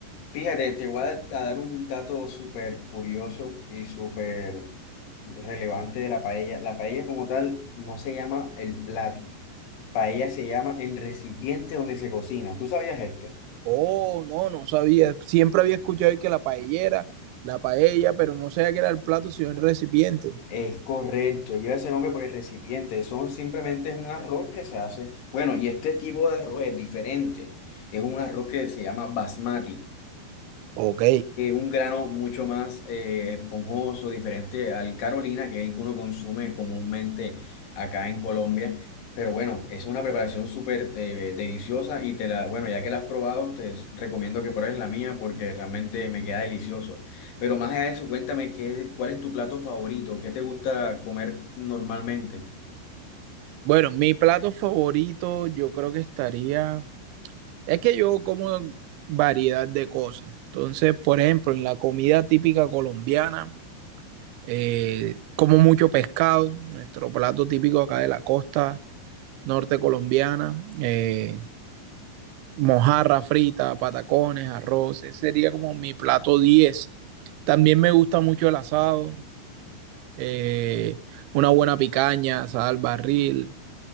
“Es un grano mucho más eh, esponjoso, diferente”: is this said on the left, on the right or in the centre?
Left